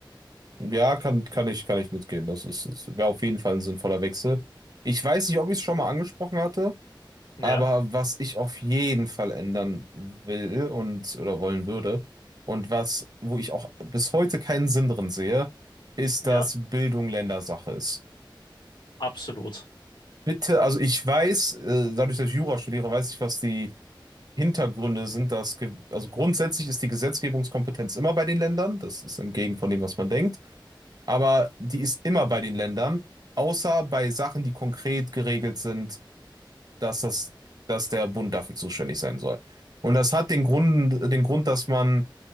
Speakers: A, on the right; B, on the left.
A: Ja, kann, kann ich, kann ich mitgehen. Das ist, ist wäre auf jeden Fall ein sinnvoller Wechsel. Ich weiß nicht, ob ich es schon mal angesprochen hatte.
B: Ja,
A: Aber was ich auf jeden Fall ändern will und oder wollen würde und was, wo ich auch bis heute keinen Sinn drin sehe, ist,
B: ja,
A: dass Bildung Ländersache ist.
B: absolut.
A: Bitte, also ich weiß, äh, dadurch, dass ich Jura studiere, weiß ich, was die Hintergründe sind, dass, ge- also grundsätzlich ist die Gesetzgebungskompetenz immer bei den Ländern, das ist entgegen von dem, was man denkt, aber die ist immer bei den Ländern, außer bei Sachen, die konkret geregelt sind dass das, dass der Bund dafür zuständig sein soll. Und das hat den Grund, den Grund, dass man